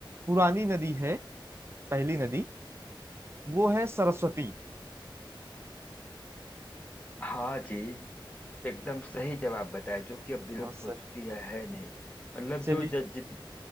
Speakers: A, on the right; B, on the left.
A: पुरानी नदी है पहली नदी वो है सरस्वती
B: हाँ जी एकदम सही जवाब बताया जो कि अब विलुप्त
A: हाँ सर
B: हो चुकी है है नहीं मतलब
A: चलिए
B: जो ज, जित-